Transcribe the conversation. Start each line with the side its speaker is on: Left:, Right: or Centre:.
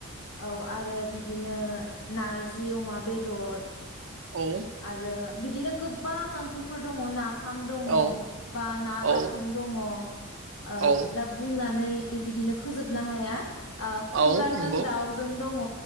Left: औ आरो बिदिनो नारजि अमा बेदर
Right: औ
Left: आरो बिदिनो गोबां ओंख्रिफोर दङ ना फाम दङ
Right: औ
Left: बा ना
Right: औ
Left: बाथोन दङ ओ
Right: औ
Left: दा बुंनानै बिदिनो फोजोबनो हाया ओ खुमब्राजों
Right: औ नंगौ
Left: दाउजों दङ